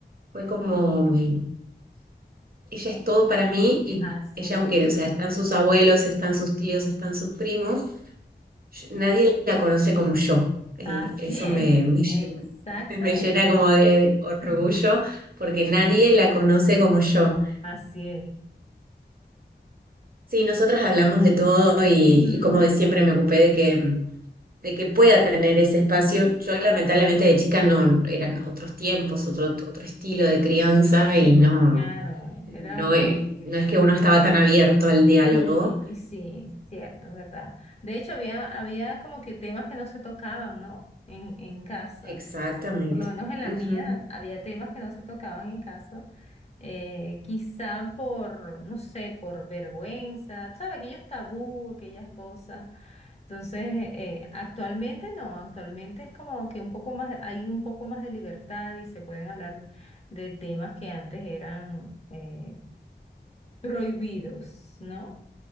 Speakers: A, on the right; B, on the left.
A: fue como, mm, ella es todo para mí y
B: así
A: ella,
B: es.
A: aunque, o sea, están sus abuelos, están sus tíos, están sus primos, yo- nadie la conoce como yo. Eh,
B: Así
A: eso
B: es.
A: me, me lle-
B: Exactamente.
A: <laughs> me llena como de orgullo
B: Ujú.
A: porque nadie la conoce como yo.
B: Así es.
A: Sí, nosotras hablamos de todo y,
B: Ujú.
A: y como de siempre me ocupé de que, de que pueda tener ese espacio. Yo lamentablemente de chica no, eran otros tiempos, otro, otro estilo de crianza
B: Oh,
A: y no,
B: claro,
A: no,
B: era otro
A: e-
B: estilo.
A: no es que uno estaba tan abierto al diálogo.
B: Sí, sí, cierto, es verdad. De hecho, había, había como que temas que no se tocaban, ¿no? En, en casa.
A: Exactamente.
B: Por lo menos en la
A: Ujú,
B: mía había temas que no se tocaban en casa, eh, quizá por, no sé, por vergüenza, ¿sabes? Aquellos tabú, aquellas cosas. Entonces, eh, eh, actualmente no, actualmente es como que un poco más, hay un poco más de libertad y se pueden hablar de temas que antes eran eh, prohibidos, ¿no?